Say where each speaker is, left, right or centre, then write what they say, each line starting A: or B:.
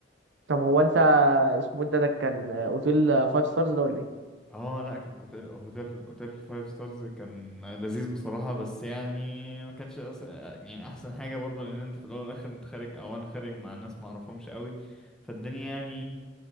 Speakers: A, on the right; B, in the centre.
A: طب هو انت اسمه إيه ده ده كان اوتيل فايف ستارز ده ولا ايه؟
B: اه لا كان هوتيل هوتيل هوتيل فايف ستارز كان لذيذ بصراحة بس يعني ما كانش أس... يعني احسن حاجة برضو لان انت في الاول والاخر انت خارج او انا خارج مع ناس ما اعرفهمش قوي فالدنيا يعني